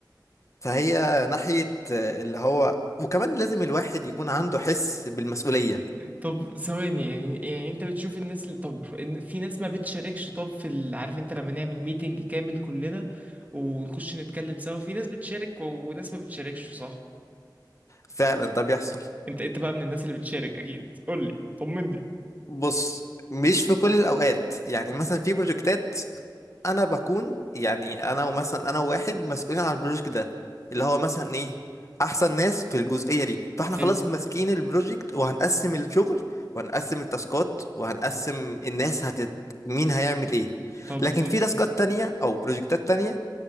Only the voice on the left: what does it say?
فهي ناحية آه، اللي هو وكمان لازم الواحد يكون عنده حس بالمسؤولية
فعلا ده بيحصل
بص مش في كل الأوقات يعني
مثلا في بروجكتات أنا بكون يعني أنا ومثلا أنا وواحد مسؤولين على البروجكت ده اللي
هو مثلا إيه أحسن ناس في الجزئية دي فإحنا
خلاص ماسكين البروجكت وهنقسم الشغل وهنقسم التاسكات وهنقسم الناس هتت مين هيعمل إيه
لكن في تاسكات تانية أو بروجكتات تانية